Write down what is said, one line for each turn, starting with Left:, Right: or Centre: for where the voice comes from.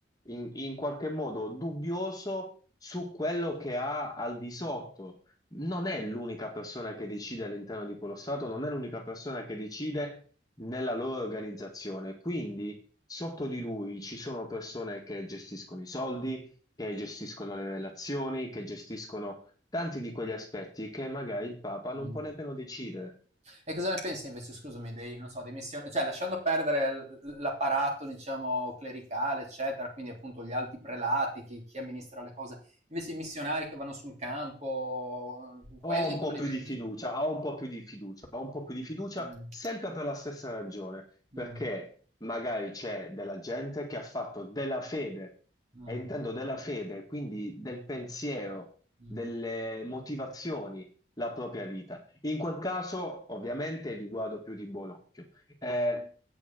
Left: in, in qualche modo dubbioso su quello che ha al di sotto. Non è l'unica persona che decide all'interno di quello Stato, non è l'unica persona che decide nella loro organizzazione. Quindi sotto di lui ci sono persone che gestiscono i soldi, che gestiscono le relazioni, che gestiscono tanti di quegli aspetti che magari il Papa non
Right: Mm.
Left: può nemmeno decidere.
Right: E cosa ne pensi invece, scusami, dei, non so, dei missioni, cioè lasciando perdere l- l'apparato, diciamo, clericale, eccetera, quindi appunto gli alti prelati, chi, chi amministra le cose, invece i missionari che vanno sul campo, eh,
Left: Ho
Right: quelli
Left: un
Right: come
Left: po'
Right: li
Left: più
Right: vedi?
Left: di fiducia, ho un po' più di fiducia, ho un po' più di fiducia
Right: Mm,
Left: sempre per la stessa ragione,
Right: mm,
Left: perché magari c'è della gente che ha fatto della fede,
Right: mm,
Left: e intendo della fede, quindi del pensiero,
Right: mm.
Left: delle motivazioni, la propria vita. In quel caso, ovviamente, li guardo più di buon occhio. Eh,